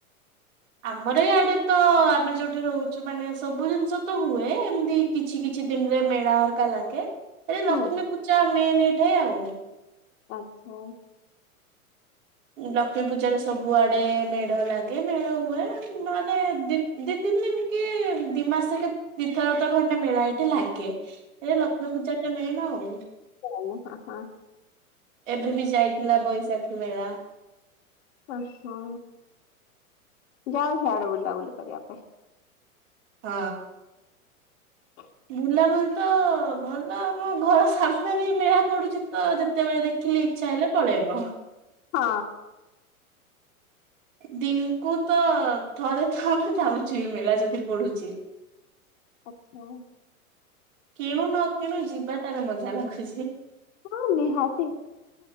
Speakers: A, on the right; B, on the left.
A: ଆମର ଇଆଡେ ତ ଆମେ ଯୋଉଠି ରହୁଛୁ ମାନେ ସବୁ ଜିନିଷ ତ ହୁଏ ଏମିତି କିଛି କିଛି ଦିନରେ ମେଳା ହରକା ଲାଗେ ଏ
B: ହୁଁ
A: ଲକ୍ଷ୍ମୀ ପୂଜା ମେନ ଏଇଠେ ଆଉ।
B: ଆଚ୍ଛା।
A: ଲକ୍ଷ୍ମୀ ପୂଜାରେ ସବୁଆଡେ ମେଢ ଲାଗେ ମେଢ ହୁଏ ନହେଲେ ଦି ତିନି ଦିନ କେ ଦି ମାସକ ଦିଥର ତ ଖଣ୍ଡେ ମେଳା ଏଇଠେ ଲାଗେ। ଏ ଲକ୍ଷ୍ମୀ ପୂଜା ଟା ମେନ ଆଉ।
B: ହ <unintelligible>
A: ଏବେ ବି ଯାଇଥିଲା ବୈଶାଖୀ ମେଳା।
B: ଅ ହଁ, ଯାଉ ସିଆଡେ ବୁଲାବୁଲି କରିବା ପାଇଁ।
A: ହଁ।
B: <unintelligible>
A: ବୁଲାବୁଲି ତ ଭଲ ଆମ ଘର ସାମ୍ନାରେ ମେଳା ହିଁ ପଡୁଛି ତ ଯେତେବେଳେ ଦେଖ ଖିଲେ ଇଚ୍ଛା ହେଲେ ପଳେଇବ।
B: ହଁ।
A: ଦିନକୁ ତ ଥରେ ତ ଆମେ ଯାଉଛୁ ମେଳା ଯଦି ପଢୁଛି। <inaudible>
B: ଆଚ୍ଛା।
A: କିଣୁ ନ କିଣୁ ଯିବାଟାରେ ମଜା ଲାଗୁଛି।
B: ହଁ ନିହାତି,